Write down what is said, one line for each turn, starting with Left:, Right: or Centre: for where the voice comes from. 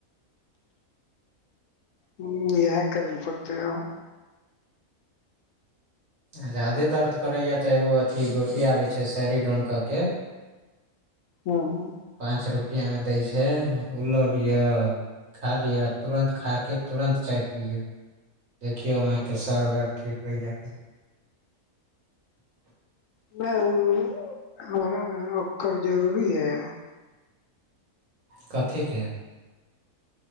Left: हू ईहाय करय परते आब
Right: आ ज्यदे दर्द करैए तऽ एगो अथी गोटी आबे छै सहरी डोन कऽ के <inaudible>
Left: <unintelligible>
Right: पाँच रुपैआमे दै छै ओ लऽ लिअ खा लिअ तुरन्त खा के तुरन्त चाय पियऔ देखियौ अहाँके सर दर्द ठीक होइ यऽ कि नहि
Left: नहि ओ हमरा ने ओकर जरूरी है
Right: कथीके